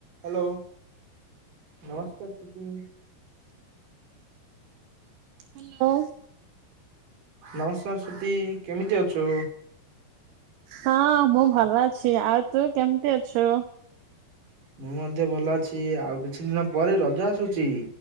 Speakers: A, on the right (about 50°); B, on the right (about 75°).
A: Hello ନମସ୍କାର Shruti.
B: Hello.
A: ନମସ୍କାର ସୃତୀ କେମିତି ଅଛୁ?
B: ହଁ ମୁଁ ଭଲ ଅଛି ଆଉ ତୁ କେମିତି ଅଛୁ?
A: ମୁଁ ମଧ୍ୟ ଭଲ ଅଛି ଆଉ କିଛି ଦିନ ପରେ ରଜ ଆସୁଛି?